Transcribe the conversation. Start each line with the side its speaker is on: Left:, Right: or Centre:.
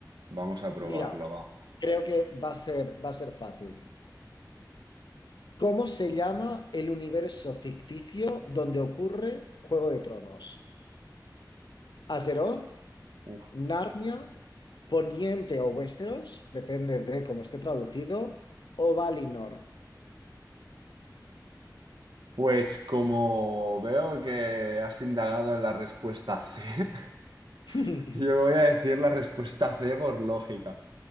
Right: Vamos a probarlo,
Left: Mira,
Right: va.
Left: creo que va a ser, va a ser fácil. ¿Cómo se llama el universo ficticio donde ocurre Juego de Tronos? ¿Azeroth?
Right: Uf.
Left: ¿Narnia? ¿Poniente o Westeros? Depende de cómo esté traducido. ¿O Valinor?
Right: Pues como veo que has indagado en la respuesta C,
Left: <laughs>
Right: <laughs> yo voy a decir la respuesta C por lógica.